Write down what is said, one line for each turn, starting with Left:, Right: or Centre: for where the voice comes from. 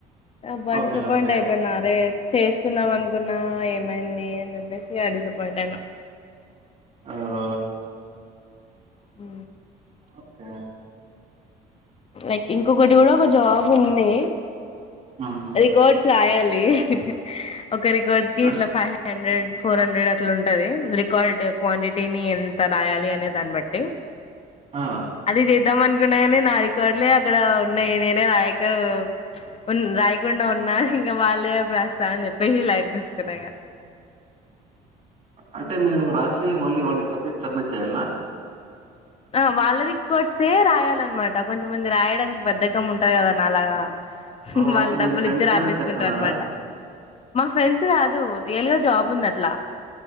Left: అబ్బా
Right: ఓకే.
Left: డిసప్పాయింట్
Right: ఓకే.
Left: అయిపోయిన అరే చేసుకుందాం అనుకున్నా ఏమైంది అని చెప్పేసి ఇగ డిసప్పాయింట్ అయినా
Right: ఆ
Left: ఉ
Right: ఓకే
Left: లైక్ ఇంకొకటి కూడా ఒక్క జాబ్ ఉంది
Right: ఉహు
Left: రికార్డ్స్ రాయాలి అహహా ఒక రికార్డ్ కి
Right: అన్
Left: ఇట్లా ఫైవ్ హాన్ ఫైవ్ హండ్రెడ్ ఫోర్ హండ్రెడ్ అట్లా ఉంటుది రికార్డ్ క్వాంటిటీని ఎంత రాయాలి అనే దాన్ని బట్టి
Right: ఆ
Left: అది చేద్దాం అన్నుకున్న గానీ నా రికార్డు లే అక్కడ ఉన్నాయి నేనే రాయక ఉన్ రాయకుండా ఉన్నా ఇంకా వాళ్ళే ప్రసా అని చెప్పేసి లైట్ తీసుకున్నా ఇంకా
Right: అంటే మీరు రాసి మళ్ళీ వాళ్ళకి సబ్జె సబ్మిట్ చేయ్యాల నా
Left: ఆ వాళ్ళ రికార్డ్స్ ఏయ్ రాయాలన్నమాట కొంతమంది రాయడానికి బద్దకం ఉంటది గా నాలాగా ఉహు
Right: ఓహ్!
Left: వాళ్ళు
Right: అంటే
Left: డబ్బులు
Right: మీ ఫ్రెండ్స్
Left: ఇచ్చి రాపిచ్చుకుంటారు
Right: గురించి చెప్తున్నారా?
Left: అన్నమాట మా ఫ్రెండ్స్ కాదు రియల్ గా జాబ్ ఉంది అట్లా